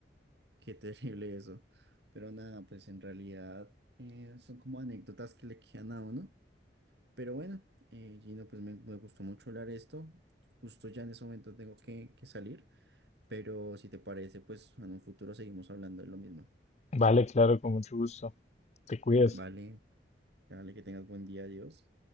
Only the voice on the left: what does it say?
Vale, claro, con mucho gusto. Te cuidas.